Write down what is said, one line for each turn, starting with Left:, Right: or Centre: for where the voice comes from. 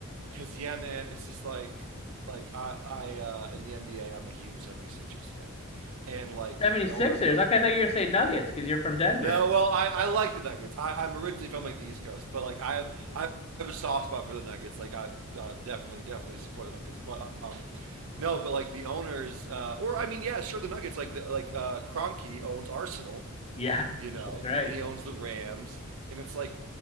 Right: cuz yeah, man, it's just like like I I uh, in the NBA, I'm a huge 76ers fan. And like
Left: 76ers.
Right: the owners of
Left: Okay, I thought you were gonna say Nuggets because you're from Denver.
Right: No, well, I, I like the Nuggets. I, I'm originally from like the East Coast, but like I have I have a soft spot for the Nuggets. Like I uh, definitely definitely support the Nuggets, but um, no, but like the owners, uh, or I mean, yeah, sure, the Nuggets. Like the like uh, Kroenke owns Arsenal,
Left: Yeah,
Right: you know,
Left: that's right.
Right: and he owns the Rams. And it's like,